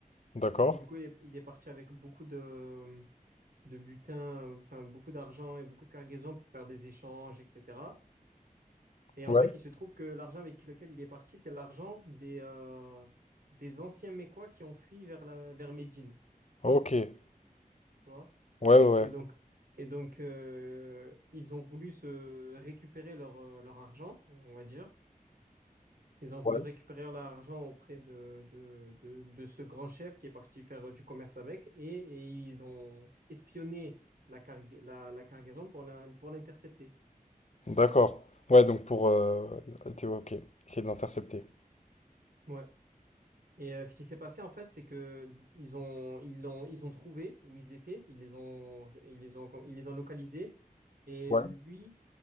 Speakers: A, on the left; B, on the right.
A: d'accord.
B: Du coup, il est, il est parti avec beaucoup de, de butin, euh, enfin beaucoup d'argent et beaucoup de cargaisons pour faire des échanges, etc. Et en
A: Ouais.
B: fait, il se trouve que l'argent avec lequel il est parti, c'est l'argent des, euh, des anciens Mécois qui ont fui vers la, vers Médine,
A: Ok, ouais,
B: tu vois.
A: ouais.
B: Et donc, et donc euh, ils ont voulu se récupérer leur, euh, leur argent, on va dire. Ils ont voulu
A: ouais.
B: récupérer l'argent auprès de, de, de, de ce grand chef qui est parti faire euh, du commerce avec et, et ils ont espionné la, carg la, la cargaison pour la- pour l'intercepter.
A: D'accord. Ouais, donc pour... Euh, t'es- ok, essayer de l'intercepter.
B: Ouais. Et euh, ce qui s'est passé en fait, c'est que ils ont ils l'ont ils ont trouvé où ils étaient, ils les ont ils les ont ils les ont localisés et
A: Ouais.
B: lui